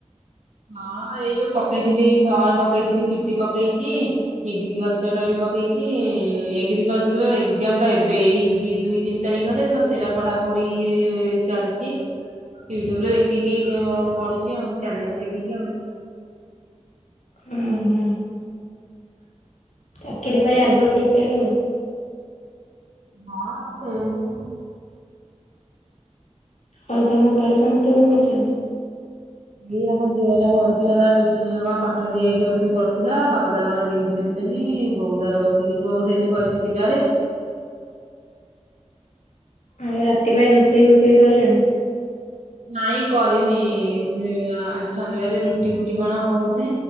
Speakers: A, on the right; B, on the left.
A: ହଁ ଏଇ ଯୋଉ ପକେଇଥିଲି ଫର୍ମ ପକେଇଥିଲି ସିଟି ପକେଇକି। ଏଗ୍ରିକଲଚର ଟା ବି ପକେଇଛି ଏଗ୍ରିକଲଚର ଏକ୍ଜାମ ଟା ଏବେ ଏଇ ଦି ଦୁଇ ତିନି ତାରିଖରେ ତ ସେଇରା ପଢା ପଢି ଚାଲିଛି। ୟୁଟ୍ୟୁବ ରେ ଦେଖିକି ପଢୁଛି ଆଉ ଚ୍ୟାନେଲ ଦେଖିକି ଆଉ।
B: ହୁଁ ହୁଁ। ଚାକିରି ପାଇଁ ଆଗୁଆ ପ୍ରିପେୟାର ଆଉ।
A: ହଁ ସେମତି ଆଉ।
B: ଆଉ ତମ ଘରେ ସମସ୍ତେ କଣ କରଛନ୍ତି?
A: ଏଇ ଆମ ଝିଅ ଏଇନା ପଢୁଥିଲା ତା ଟ୍ୟୁସନ ରେ କଁ ପାଠ ଦିଆ ହେଇଛି ବସିକି ପଢୁଥିଲା ବାପା ତାଙ୍କର ନିଜ୍ ଦେଖୁ ଛନି ବୋଉ ତାର ବସିକି ବୋଉ ସେମତି ବଇଛି ପିଣ୍ଡାରେ।
B: ଆଉ ରାତି ପାଇଁ ରୋଷେଇ ଫୋଷେଇ ସରିଲାଣି?
A: ନାଇଁ କରିନି ସେ ଆଜି ଶନିବାର ରୁଟି ଫୁଟି କଣ ହବ ବୋଧେ।